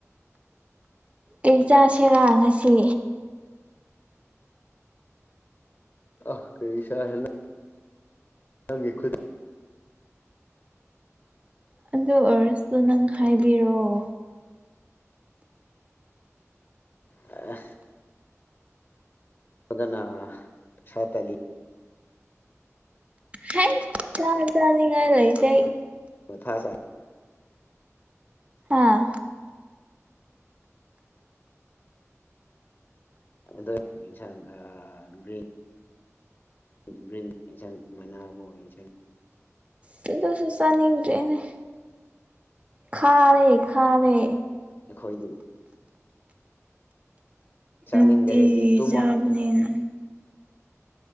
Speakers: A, on the right; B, on the left.
A: ꯑꯩ ꯆꯁꯤꯔꯥ ꯉꯁꯤ
B: ꯑ ꯀꯔꯤꯁꯥ ꯍꯂ ꯅꯪꯒꯤ ꯈꯨꯠ
A: ꯑꯗꯨ ꯑꯣꯏꯔꯁꯨꯁꯨ ꯅꯪ ꯍꯥꯏꯕꯤꯔꯛꯑꯣ
B: ꯑ ꯃꯒꯅꯥ ꯄꯁꯥꯇꯂꯤ
A: ꯍ ꯆꯥ ꯆꯥꯅꯤꯡꯉꯥꯏ ꯂ ꯏꯇ
B: ꯃ ꯊ ꯁꯥ
A: ꯑꯥ
B: ꯑꯗꯣ ꯌꯦꯟꯁꯥꯡ ꯒ꯭ꯔꯤꯟ꯫ ꯒꯔꯤꯟ ꯑꯦꯟꯁꯪ ꯃꯅꯥꯒꯣ ꯌꯦꯡꯁꯪ꯫
A: ꯁꯤꯗꯁꯨ ꯆꯥꯅꯤꯡꯗꯔ꯭ꯦꯅꯦ ꯈꯥꯔꯦ ꯈꯥꯔꯦ꯫
B: ꯑꯩꯈꯣꯏꯗ꯫ ꯆꯥꯅꯤꯡꯗꯔꯗꯤ
A: ꯅꯨꯡꯇꯤꯒꯤ
B: ꯇꯨꯝꯃꯣ
A: ꯆꯥꯕꯅꯦꯅ꯫